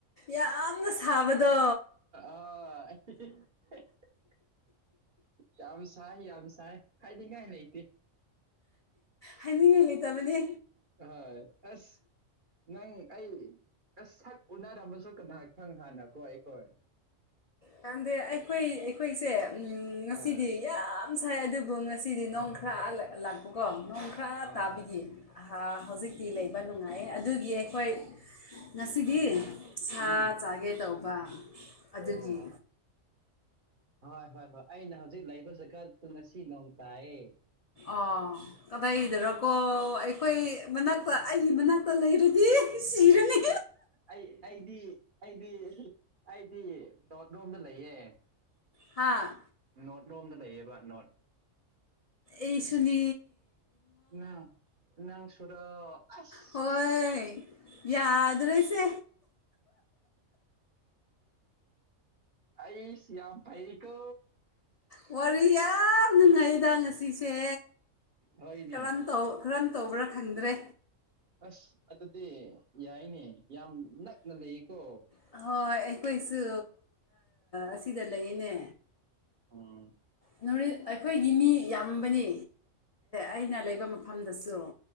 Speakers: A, on the left; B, on the right.
A: ꯌꯥꯝꯅ ꯁꯥꯕꯗꯣ
B: ꯑꯣ <unintelligible> ꯌꯥꯝ ꯂꯥꯏ ꯌꯥꯝ ꯁꯥꯏ ꯈꯥꯏꯅꯤꯉꯥꯏ ꯂꯩ ꯏꯇꯦ
A: ꯍꯥꯏꯅꯤꯡꯉꯥꯏ ꯂꯩꯇꯕꯅꯦ
B: ꯍꯣꯏ ꯑꯁ ꯅꯪ ꯑꯩ ꯁꯛ ꯎꯅꯔꯝꯃꯁꯨ ꯀꯅꯥꯍ ꯈꯪ ꯍꯥꯟꯅꯀꯣ ꯑꯩꯈꯣꯏ
A: ꯈꯪꯗꯦ ꯑꯩꯈꯣꯏ ꯑꯩꯈꯣꯏꯁꯦ ꯉꯁꯤꯗꯤ
B: ꯍꯣꯏ
A: ꯌꯥꯝ ꯌꯥꯝ ꯁꯥꯏ ꯑꯗꯨꯕꯨ ꯉꯁꯤꯗꯤ ꯅꯣꯡ ꯈꯔ ꯂꯥꯛꯄꯀꯣ ꯅꯣꯡꯈꯔ
B: ꯑꯥ
A: ꯇꯥꯕꯤꯒꯤ ꯍꯧꯖꯤꯛ ꯇꯤ ꯂꯩꯕ ꯅꯨꯡꯉꯥꯏ ꯑꯗꯨꯒꯤ ꯑꯩꯈꯣꯏ ꯉꯁꯤꯗꯤ ꯁꯥ
B: ꯎꯝ
A: ꯆꯥꯒꯦ ꯇꯧꯕ ꯑꯗꯨꯒꯤ
B: ꯑꯣ ꯍꯣꯏ ꯍꯣꯏ ꯍꯣꯏ ꯑꯩꯅ ꯍꯧꯖꯤꯛ ꯂꯩꯕ ꯖꯒꯁꯤꯗ ꯉꯁꯤ ꯅꯣꯡ ꯇꯥꯏꯌꯦ
A: ꯑꯣ ꯀꯗꯥꯏꯗꯔꯣꯀꯣ ꯑꯩꯈꯣꯏ ꯃꯅꯥꯛꯇ ꯑꯩꯒꯤ ꯃꯅꯥꯛꯇ ꯂꯩꯔꯗꯤ ꯁꯤꯔꯅꯤ
B: ꯑꯩ ꯑꯩꯗꯤ ꯑꯩꯗꯤ ꯑꯩꯗꯤ ꯅꯗꯣꯝꯗ ꯂꯩꯌꯦ
A: ꯍꯥꯥ
B: ꯅꯣꯠ ꯂꯣꯝꯗ ꯂꯩꯌꯦꯕ ꯅꯣꯠ
A: ꯑꯩ ꯁꯨꯅꯦ
B: ꯅꯪ ꯅꯪ ꯁꯨꯔꯣ ꯑꯁ
A: ꯍꯣꯏ ꯌꯥꯗ꯭ꯔꯦꯁꯦ
B: ꯑꯩꯁ ꯌꯥꯝ ꯐꯩ ꯀ
A: ꯋꯥꯔꯤ ꯌꯥꯝ ꯅꯨꯡꯉꯥꯏꯗ ꯉꯁꯤꯁꯦ
B: ꯍꯅꯦ
A: ꯀꯔꯝ ꯇꯧ ꯀꯔꯝ ꯇꯧꯕ꯭ꯔꯥ ꯈꯪꯗ꯭ꯔꯦ
B: ꯑꯁ ꯑꯗꯨꯗꯤ ꯌꯥꯏꯅꯦ ꯌꯥꯝ ꯅꯛꯅ ꯂꯩꯌꯦꯀꯣ
A: ꯍꯣꯏ ꯑꯩꯈꯣꯏꯁꯨ ꯑꯁꯤꯗ ꯂꯩꯅꯦ
B: ꯎꯝ
A: ꯅ ꯑꯩꯈꯣꯏꯒꯤ ꯃꯤ ꯌꯥꯝꯕꯅꯤ ꯑꯩꯅ ꯂꯩꯕ ꯃꯐꯝꯗꯁꯨ